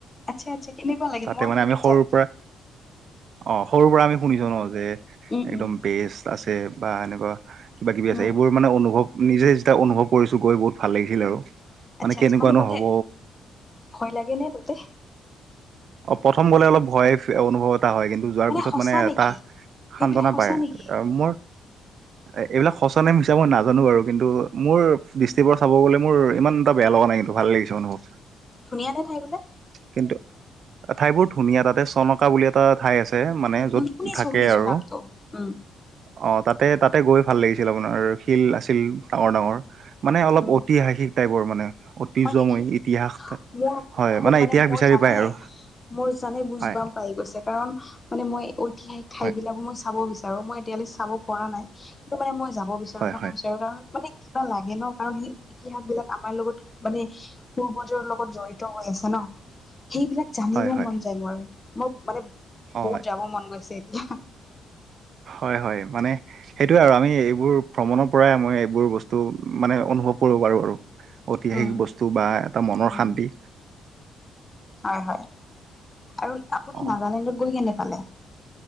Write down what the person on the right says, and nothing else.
তাতে
মানে
আমি সৰুৰ
পৰা অ সৰুৰ পৰা আমি শুনিছো ন যে
একদম
বেষ্ট আছে বা এনেকুৱা কিবা কিবি আছে
এইবোৰ মানে অনুভৱ নিজে যেতিয়া অনুভৱ কৰিছো গৈ বহুত ভাল লাগিছিল আৰু।
কেনেকুৱানো
হ'ব
অ প্ৰথম গলে অলপ ভয়ে অনুভৱ এটা হয় কিন্তু যোৱাৰ পিছত
মানে এটা
সান্তনা
পায়,
মোৰ
এ এইবিলাক সঁচা নে মিছা মই নাজানো বাৰু? কিন্তু মোৰ দৃষ্টিক পৰা চাব গলে মোৰ ইমান এটা বেয়া লগা নাই। কিন্তু ভাল লাগিছে অনুভৱ
কিন্তু ঠাই বোৰ ধুনীয়া তাতে চনকা বুলি এটা ঠাই আছে আছে মানে যত
থাকে
আৰু।
অ তাতে তাত তাতে গৈ ভাল লাগিছিল আপোনাৰ শিল আছিল ডাঙৰ ডাঙৰ। মানে অলপ
ঐতিহাসিক টাইপৰ মানে। ঐতিহয্যমৈ
ইতিহাস
হয় মানে ইতিহাস
বিচাৰি
পায় আৰু
হয়
হয়
হয়
হয়
হয় হয়
অ
হয় হয় মানে সেইটোৱে আৰু আমি এইবোৰ ভ্ৰমণৰ পৰাই আমি এইবোৰ বস্তু মানে অনুভৱ কৰো পাৰো আৰু ঐতিহাসিক
বস্তু বা এটা মনৰ
শান্তি।
অ